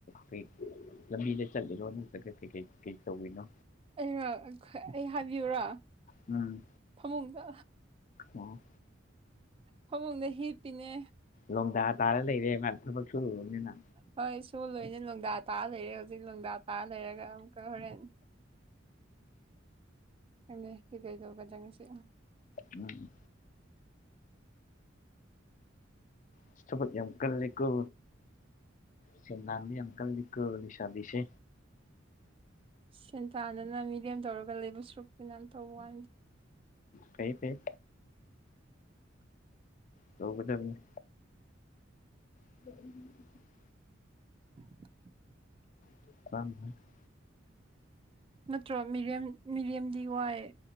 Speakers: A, on the left; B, on the right.
A: ꯀꯩ ꯂꯝꯕꯤꯗ ꯆꯠꯂꯤꯔꯣ ꯅꯠꯇ꯭ꯔꯒ ꯀꯩꯀꯩ ꯀꯩ ꯇꯧꯋꯤꯅꯣ
B: ꯑꯩꯔꯣ ꯑꯩ ꯍꯥꯏꯕꯤꯌꯨꯔꯣ
A: ꯎꯝ
B: ꯐꯃꯨꯡꯗ
A: ꯑꯣ
B: ꯐꯃꯨꯡꯗ ꯍꯤꯞꯄꯤꯅꯦ
A: ꯂꯣꯡꯗꯥ ꯇꯥꯔ ꯂꯩꯔꯦ ꯃꯥ ꯊꯕꯛ ꯁꯨꯨꯔꯨꯔꯃꯤꯅ
B: ꯍꯣꯏ ꯁꯨ ꯂꯣꯏꯅ ꯂꫭꯡꯗꯥ ꯇꯥꯔ ꯂꯩꯔꯦ ꯍꯧꯖꯤꯛ ꯂꯣꯡꯗꯥ ꯇꯥꯔ ꯂꯩꯔꯒ ꯑꯃꯨꯛꯀ ꯍꯣꯔꯦꯟ ꯈꯪꯗꯦ ꯀꯩꯀꯩꯗꯧꯒꯗ꯭ꯔ ꯉꯁꯤ
A: ꯃꯥꯅꯤ ꯑꯁ ꯊꯕꯛ ꯌꯥꯝ ꯀꯜꯂꯤꯀꯣ ꯁꯦꯟꯗꯥꯟꯕ ꯌꯥꯝ ꯀꯜꯂꯤꯀꯣ ꯂꯩꯁꯥꯕꯤꯁꯦ
B: ꯁꯦꯟꯇꯥꯟꯗꯅ ꯃꯤꯔꯦꯝ ꯇꯧꯔꯒ ꯂꯩꯕꯁ꯭ꯔꯨꯛꯇꯤꯅ ꯇꯧꯕ ꯋꯥꯅꯤ
A: ꯐꯩꯌꯦ ꯐꯩꯌꯦ ꯇꯧꯒꯗꯕꯅꯦ <inaudible>
B: <inaudible>
A: <unintelligible>
B: ꯅꯠꯇ꯭ꯔꯣ ꯃꯤꯔꯦꯝ ꯃꯤꯔꯦꯝꯗꯤ ꯋꯥꯏꯌꯦ